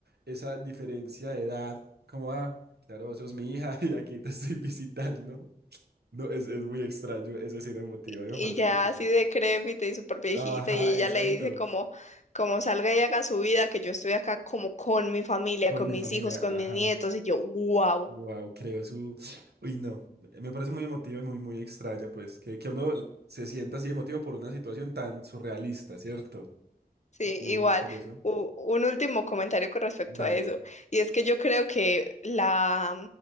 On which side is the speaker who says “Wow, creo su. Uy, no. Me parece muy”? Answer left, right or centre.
Right